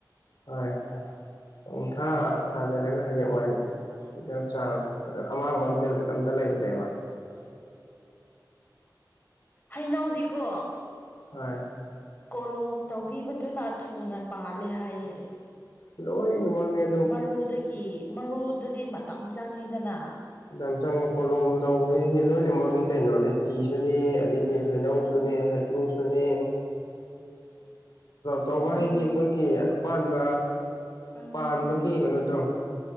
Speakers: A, on the left; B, on the left.
A: ꯍꯣꯏ ꯄꯪꯊꯥ ꯊꯥꯖꯤꯜꯂꯒ ꯍꯩꯌꯦꯡ ꯋꯥꯏ ꯍꯦꯝꯆꯥꯛ ꯀ ꯑꯃꯥꯡꯕ ꯑꯝꯗ ꯑꯝꯇ ꯂꯩꯇ꯭ꯔꯦꯕ
B: ꯍꯩꯩꯅꯧꯗꯤ ꯀꯣ
A: ꯍꯣꯏ
B: ꯀꯣꯂꯣꯝ ꯇꯧꯕꯤꯕꯗꯨꯅ ꯊꯨꯅ ꯄꯥꯜꯂꯦ ꯍꯥꯏꯌꯦ
A: ꯂꯣꯏꯅꯃꯛꯅꯦ
B: ꯃꯔꯨꯗꯒꯤ ꯃꯔꯨꯗꯨꯗꯤ ꯃꯇꯝ ꯆꯪꯉꯤꯗꯅ
A: ꯃꯇꯝ ꯆꯪꯉꯤ ꯄꯣꯂꯣꯝ ꯇꯧꯕꯁꯤꯗꯤ ꯂꯣꯏꯅꯃꯛꯅꯤ ꯀꯩꯅꯣ ꯂꯤꯆꯤꯁꯨꯅꯤ ꯑꯗꯩ ꯒꯤ ꯍꯩꯅꯧꯁꯨꯅꯦ
B: ꯎꯝ
A: ꯍꯩꯀ꯭ꯔꯨꯁꯨꯅꯦ
B: <inaudible>
A: ꯇꯧꯕ
B: ꯑꯗꯨꯅꯦ
A: ꯍꯥꯏꯗꯤ ꯑꯩꯈꯣꯏꯒꯤ ꯑꯄꯥꯟꯕ
B: ꯎꯝ
A: ꯄꯥꯟꯕꯒꯤ ꯀꯩꯅꯣꯗꯣ